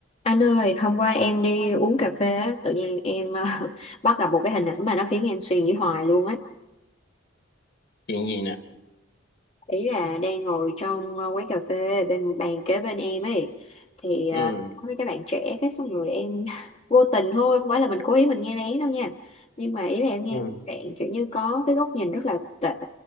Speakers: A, on the left (about 30°); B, on the left (about 55°).
A: Anh ơi, hôm qua em đi uống cà phê á, tự nhiên em ờ, <laughs> bắt gặp một cái hình ảnh mà nó khiến em suy nghĩ hoài luôn ấy.
B: chuyện gì nè
A: ý là đang ngồi trong ờ, quán cà phê bên bàn kế bên em ấy thì ờ,
B: ừ
A: có mấy các bạn trẻ cái xong rồi em <laughs> vô tình thôi không phải là mình cố ý mình nghe lén đâu nha nhưng mà ý là em nghe
B: ừ
A: bạn kiểu như có cái góc nhìn rất là tệ